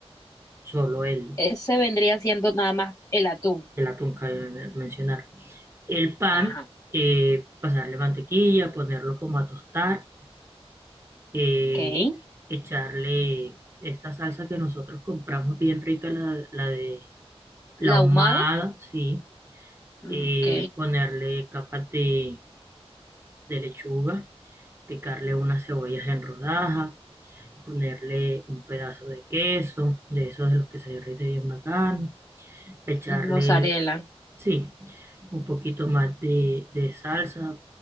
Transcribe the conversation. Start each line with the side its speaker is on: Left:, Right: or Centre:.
Right: solo el,
Left: Ese vendría siendo nada más el atún.
Right: el atún que acabo de mencionar. el pan,
Left: Ajá,
Right: eh, pasarle mantequilla, ponerlo como a tostar, eh,
Left: ok.
Right: echarle esta salsa que nosotros compramos bien rica, la, la de la
Left: La
Right: ahumada,
Left: ahumada,
Right: sí,
Left: mm,
Right: eh,
Left: ok.
Right: ponerle capas de, de lechuga, picarle unas cebollas en rodajas, ponerle un pedazo de queso, de esos de los que se derrite bien bacán, echarle
Left: Mozzarella.
Right: Sí, un poquito más de, de salsa,